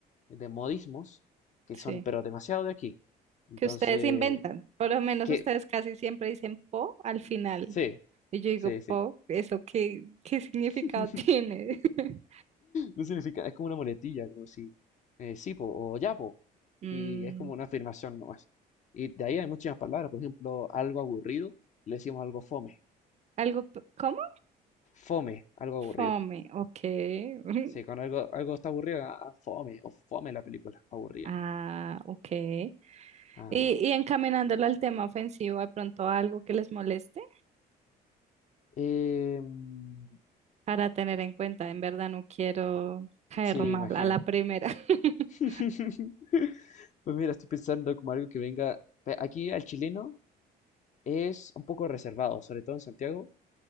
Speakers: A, on the left; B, on the right.
A: de modismos que
B: Sí.
A: son, pero demasiado de aquí. Entonces,
B: Que ustedes inventan. Por lo menos
A: que
B: ustedes casi siempre dicen po al final.
A: sí,
B: Y yo digo,
A: sí, sí.
B: po, ¿eso qué, qué significado
A: <laughs>
B: tiene? <laughs>
A: No significa, es como una muletilla, como si, eh, sí, po, o ya, po.
B: Mm,
A: Y es como una afirmación nomás. Y de ahí hay muchas palabras, por ejemplo, algo aburrido, le decimos algo fome.
B: Algo, p- ¿cómo?
A: Fome, algo aburrido.
B: Fome, ok. <laughs>
A: Sí, cuando algo, algo está aburrido, ah, fome, o fome la película, aburrida.
B: Ah, ok. Y,
A: Ah,
B: y encaminándolo al tema ofensivo, ¿de pronto algo que les moleste
A: eh, mm,
B: para tener en cuenta? En verdad no quiero caer
A: sí,
B: mal
A: imagino.
B: a la primera. <laughs>
A: <laughs> Pues mira, estoy pensando como algo que venga. pe- Aquí al chileno es un poco reservado, sobre todo en Santiago.